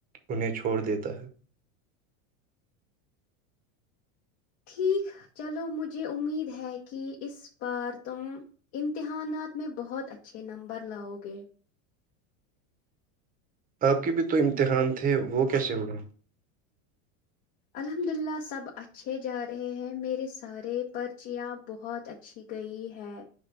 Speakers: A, on the right; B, on the left.
A: انہیں چھوڑ دیتا ہے
B: ٹھیک چلو مجھے امید ہے کہ اس بار تم امتحانات میں بہت اچھے نمبر لاؤ گے
A: آپ کے بھی تو امتحان تھے وہ کیسے ہوے
B: الحمد للہ سب اچھے جا رہے ہیں میرے سارے پرچیاں بہت اچھی گئی ہے